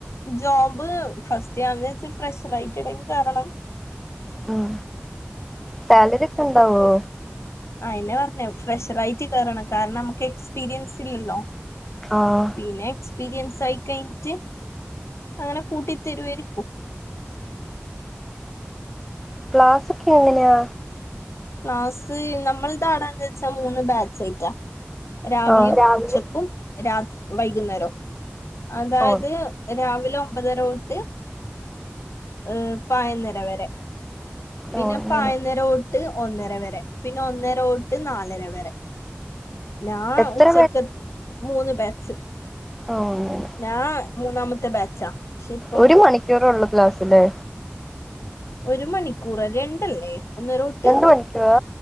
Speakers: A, on the left; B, in the centre.
A: ഉം ജോബ് ഫസ്റ്റ് യാർജിറിൽ വെച്ച് ഫ്രഷർ ആയിട്ട് എടെങ്കിലും കേറണം
B: ഉം സാലറി ഒക്കെ ഉണ്ടാവോ
A: ആ അയിന പർഞ്ഞേ ഫ്രഷറ ആയിട്ട് കേറണം കാരണം നമുക്കേ എക്സ്പീരിയൻസ് ഇല്ലല്ലോ
B: ആഹ്
A: പിന്നെ എക്സ്പീരിയൻസ് ആയി കഴിഞ്ഞിട്ട് അങ്ങനെ കൂട്ടി തരുവായിരിക്കും
B: ക്ലാസ് ഒക്കെ എങ്ങനെയാ
A: ക്ലാസ് നമ്മൾ താടാന്ന് വെച്ചാ മൂന്ന് ബാച്ചായിട്ടാ രാവിലെയും
B: ആ രാവിലെ
A: ഉച്ചക്കും രാ വൈകുന്നേരം അതായത്
B: ഓ
A: രാവിലെ ഒമ്പതര തൊട്ട് ഏഹ് പായന്നര വരെ പിന്നെ
B: ഓ അങ്ങനെ
A: പായന്നര തൊ ട്ട് ഒന്നര വരെ പിന്നെ ഒന്നര തൊട്ട് നാലര വരെ ഞാ
B: എത്ര
A: ഉച്ചക്ക മൂന്ന് ബാച്ച്
B: ആ <unintelligible>
A: ഞാ മൂന്നാമത്തെ ബാച്ചാ പക്ഷെ ഇപ്പൊ
B: ഒരു മണിക്കൂറ് ഒള്ള് ക്ലാസ്സ്ല്ലേ
A: ഒരു മണിക്കൂറോ രണ്ടല്ലേ ഒന്നര തൊട്ട്
B: രണ്ട് മണിക്കൂറാ